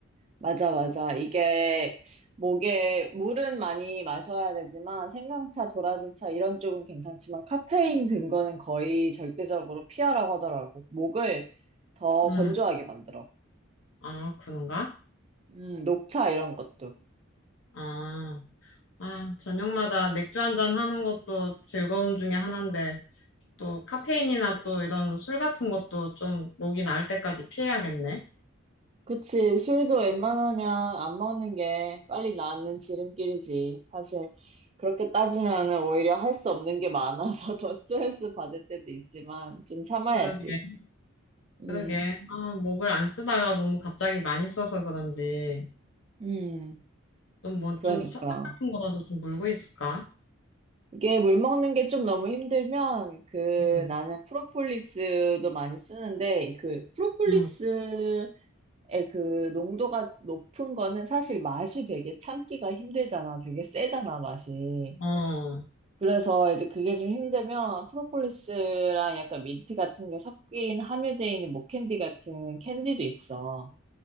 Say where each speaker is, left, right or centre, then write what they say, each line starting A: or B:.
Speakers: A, on the right; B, on the left.
A: 맞아, 맞아. 이게 목에 물은 많이 마셔야 되지만 생강차, 도라지차 이런 쪽은 괜찮지만 카페인 든 거는 거의 절대적으로 피하라고 하더라고. 목을 더
B: 음,
A: 건조하게 만들어.
B: 아, 그런가?
A: 음, 녹차 이런 것도.
B: 아, 아, 저녁마다 맥주 한잔 하는 것도 즐거움 중에 하나인데 또 카페인이나 또 이런 술 같은 것도 좀 목이 나을 때까지 피해야겠네.
A: 그치. 술도 웬만하면 안 먹는 게 빨리 낫는 지름길이지. 사실, 그렇게 따지면은 오히려 할 수 없는 게 많아서 <laughs> 더 스트레스 받을 때도 있지만, 좀 참아야지.
B: 그러게,
A: 음,
B: 그러게. 아, 목을 안 쓰다가 너무 갑자기 많이 써서 그런지.
A: 음,
B: 좀 뭐
A: 그러니까.
B: 좀 사탕 같은 거라도 좀 물고 있을까?
A: 이게 물 먹는 게 좀 너무 힘들면, 그,
B: 응,
A: 나는 프로폴리스도 많이 쓰는데, 그, 프로폴리스의
B: 응,
A: 그 농도가 높은 거는 사실 맛이 되게 참기가 힘들잖아. 되게 세잖아, 맛이.
B: 어, 어,
A: 그래서 이제 그게 좀 힘들면 프로폴리스랑 약간 민트 같은 게 섞인 함유되어 있는 목캔디 같은 캔디도 있어.